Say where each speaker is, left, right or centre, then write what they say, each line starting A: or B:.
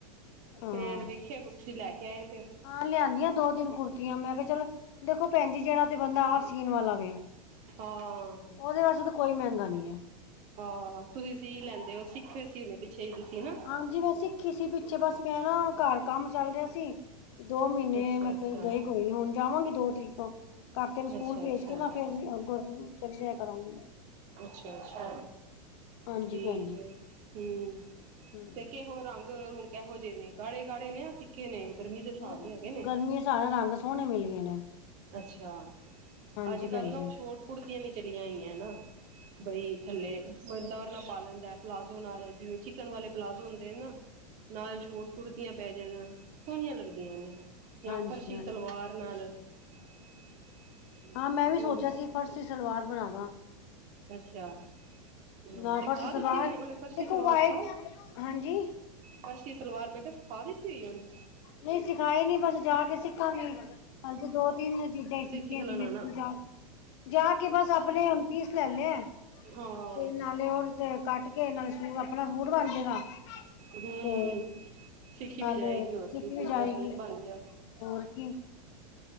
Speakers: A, on the left (about 45°); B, on the right (about 40°).
A: ਹਾਂ।
B: ਫੇਰ ਵੇਖਿਆ ਗੁੱਛੀ ਲੈ ਕੇ ਆਏ ਫੇਰ।
A: ਹਾਂ, ਲਿਆਂਨੀਆਂ ਦੋ-ਤਿੰਨ ਕੁੜਤੀਆਂ। ਮੈਂ ਕਿਹਾ, ਚੱਲ। ਦੇਖੋ ਭੈਨ ਜੀ, ਜਿਹੜਾ ਤੇ ਬੰਦਾ ਆਪ ਸੀਨ ਵਾਲਾ ਵੇ।
B: ਹਾਂ
A: ਉਹਦੇ ਵਾਸਤੇ ਤਾਂ ਕੋਈ ਮਹਿੰਗਾ ਨੀ ਐ।
B: ਹਾ, ਤੁਸੀਂ ਸੀ ਲੈਂਦੇ ਓ। ਸਿੱਖੇ ਸੀ ਹੁਨੇ ਪਿੱਛੇ ਹੀ ਤੁਸੀਂ ਹੈਨਾ?
A: ਹਾਂਜੀ, ਮੈਂ ਸਿੱਖੀ ਸੀ ਪਿੱਛੇ ਬਸ ਮੈਂ ਨਾ ਘਰ ਕੰਮ ਚੱਲ ਰਿਹਾ ਸੀ। ਦੋ ਮਹੀਨੇ
B: ਅੱਛਾ
A: ਮੈਂ
B: ਅੱਛਾ
A: ਗਈ ਕੋਈ ਨੀ, ਹੁਣ ਜਾਵਾਂਗੀ ਦੋ ਤਰੀਕ ਤੋਂ। ਕਾਕੇ ਨੂੰ ਸਕੂਲ
B: ਅੱਛਾ
A: ਭੇਜ
B: ਅੱਛਾ
A: ਕੇ ਨਾ ਫਿਰ ਅੱਗੋਂ ਚਲੀ ਜਾਇਆ ਕਰਾਂਗੀ।
B: ਅੱਛਾ, ਅੱਛਾ।
A: ਹਾਂਜੀ
B: ਠੀਕ
A: ਭੈਣ ਜੀ
B: ਏ, ਹੂੰ
A: ਹਮ
B: ਤੇ ਕਿਹੋ ਰੰਗ ਵਿ ਕੈਹੋ ਜਿਹੇ ਨੇ, ਗਾੜੇ -ਗਾੜੇ ਨੇ ਜਾ ਫਿੱਕੇ ਨੇ ਗਰਮੀ ਦੇ ਹਿਸਾਬ
A: ਨਹੀਂ
B: ਦੇ ਹੈਗੇ ਨੇ।
A: ਗਰਮੀ ਸਾਰੇ ਰੰਗ ਸੋਹਣੇ ਮਿਲ ਗਏ ਨੇ।
B: ਅੱਛਾ,
A: ਹਾਂਜੀ
B: ਅੱਜ-ਕੱਲ
A: ਭੈਣ ਜੀ
B: ਨਾ ਉਹ ਸ਼ੋਰਟ ਕੁੜਤੀਆਂ ਵੀ ਚਲੀਆਂ ਹੋਈਐ ਨਾ। ਬਈ ਥੱਲੇ ਡਰ ਨਾਲ ਪਾ ਲੈਂਦੈ, ਪਲਾਜ਼ੋ ਨਾਲ, ਜਿਵੇਂ ਚਿਕਨ ਵਾਲੇ ਪਲਾਜ਼ੋ ਹੁੰਦੇ ਨਾ।
A: ਹ <inaudible>
B: ਨਾਲ ਸ਼ੋਰਟ ਕੁੜਤੀਆਂ ਪੈ ਜਾਣ, ਸੋਹਣੀਆਂ ਲੱਗਦੀਆਂ ਨੇ। ਜਾਂ
A: ਹਾਂਜੀ
B: ਫਰਸ਼ੀ
A: ਹਾਂਜੀ
B: ਸਲਵਾਰ ਨਾਲ। ਹਾਂ
A: ਹਾਂ ਮੈਂ ਵੀ ਸੋਚਿਆ
B: <unintelligible> ਆ,
A: ਸੀ ਫਰਸੀ ਸਲਵਾਰ ਬਣਾ ਦਾ
B: ਅੱਛਾ। ਹੂੰ,
A: ਨਾ
B: ਸਿਖਾ
A: ਫਰਸ਼ ਸਲਵਾਰ
B: ਦਿੱਤੀ ਉਹਨੇ, ਉਹਨੇ ਫਰਸ਼ੀ
A: ਦੇਖੋ
B: ਸਲਵਾਰ
A: ਵਾਈਟ
B: ਸਿਖਾਈ।
A: ਹਾਂਜੀ
B: ਫਰਸ਼ੀ ਸਲਵਾਰ ਮੈਂ ਕਿਹਾ, ਸਿਖਾ ਦਿੱਤੀ ਉਹਨੂੰ।
A: ਨਹੀਂ ਸਿਖਾਈ ਨੀ, ਬਸ ਜਾ ਕੇ ਸਿੱਖਾਂਗੀ, ਹਾਲੇ ਤੇ ਦੋ ਤਿੰਨ ਚੀਜ਼ ਨਈ ਸਿਖੀਆਂ
B: ਤੇ ਸਿੱਖ ਲੈਣਾ
A: ਜਿਵੇਂ
B: ਨਾ
A: ਜਾ, ਜਾ ਕੇ ਬਸ ਆਪਨੇ ਹੁਨ ਪੀਸ ਲੈ ਲਿਐ।
B: ਹਾਂ।
A: ਤੇ ਨਾਲੇ ਉਹ ਦੇ ਕੱਟ ਕੇ, ਨਾਲੇ ਸਲੀਵ ਆਪਣਾ ਸੂਟ ਬਣ ਜੇਗਾ। ਤੇ
B: ਹੂੰ ਸਿੱਖੀ
A: ਨਾਲੇ
B: ਵੀ ਜਾਏਗੀ ਹੋਰ
A: ਸਿੱਖ
B: ਕੀ ਸੂਟ
A: ਵੀ ਜਾਏਗੀ।
B: ਦਾ ਸੂਟ ਬਣ ਗਿਆ।
A: ਹੋਰ ਕੀ?